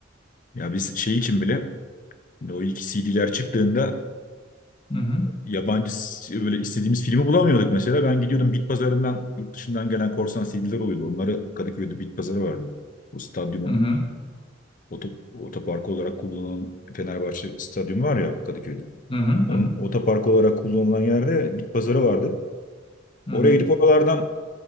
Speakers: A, on the left; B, on the left.
A: Ya biz şey için bile yine o ilk CD'ler çıktığında
B: Hı hı.
A: yabancı s- böyle istediğimiz filmi bulamıyorduk mesela. Ben gidiyordum bit pazarından yurt dışından gelen korsan CD'ler oluyordu. Onları Kadıköy'de bit pazarı vardı. O stadyumun
B: Hı hı.
A: oto, otoparkı olarak kullanılan Fenerbahçe stadyumu var ya Kadıköy'de.
B: Hı hı
A: Onun
B: hı
A: otoparkı olarak kullanılan yerde bit pazarı vardı.
B: hı
A: Oraya gidip oralardan